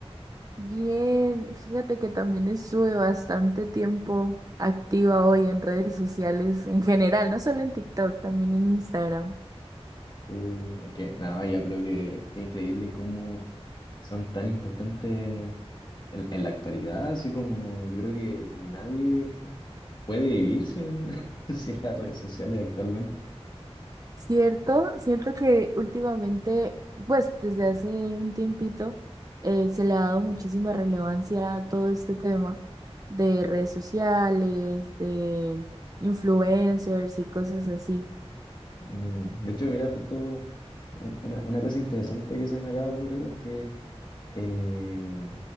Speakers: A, on the right; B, on the left.
A: Bien, fíjate que también estuve bastante tiempo activa hoy en redes sociales en general, no solo en TikTok, también en Instagram.
B: Uh, es que nada, yo creo que es increíble cómo son tan importantes En, en la actualidad, así como yo creo que nadie puede vivir sin, <laughs> sin las redes sociales actualmente.
A: Cierto, siento que últimamente, pues desde hace un tiempito, eh, se le ha dado muchísima relevancia a todo este tema de redes sociales, de influencers y cosas así.
B: Mm, De hecho, mira, justo un- una, una cosa interesante que se me acaba de ocurrir es que eh,